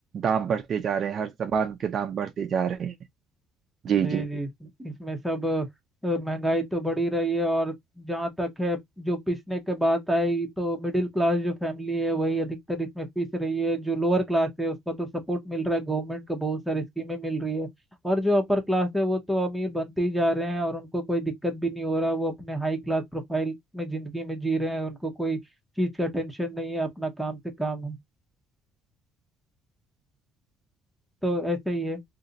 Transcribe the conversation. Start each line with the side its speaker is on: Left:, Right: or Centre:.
Right: दाम बढ़ते जा रहे हैं हर सामान के दाम बढ़ते जा रहे हैं जी
Centre: जी
Right: जी
Centre: जी इसमें सब अ, महंगाई तो बढ़ी रही है और जहाँ तक है जो पिसने के बात आई तो मिडिल क्लास जो फैमिली है वही अधिकतर इसमें पिस रही है जो लोअर क्लास है उसका तो सपोर्ट मिल रहा है गवर्नमेंट का बहुत सारी स्कीमें मिल रही है और जो अपर क्लास है वो तो अमीर बनते ही जा रहे हैं और उनको कोई दिक्कत भी नहीं हो रहा वो अपने हाई क्लास प्रोफाइल में जिंदगी में जी रहे हैं उनको कोई चीज़ का टेंशन नहीं है अपना काम से काम है तो ऐसे ही है